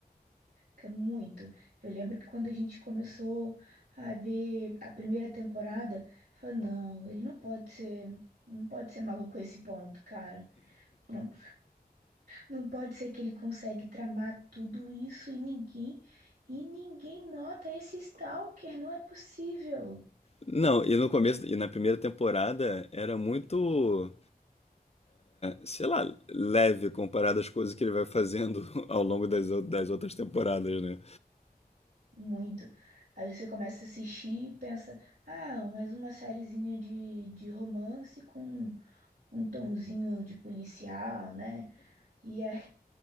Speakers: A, on the right; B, on the left.
A: Que é muito. Eu lembro que quando a gente começou a ver a primeira temporada, eu falei, não, ele não pode ser, não pode ser maluco a esse ponto, cara. Não, não pode ser que ele consegue tramar tudo isso e ninguém e ninguém nota esse stalker, não é possível.
B: Não, e no começo, e na primeira temporada era muito, sei lá, leve comparado às coisas que ele vai fazendo <laughs> ao longo das, ou- das outras temporadas, né?
A: Muito. Aí você começa a assistir e pensa, ah, mais uma sériezinha de, de romance com um tonzinho de policial, né? E, é,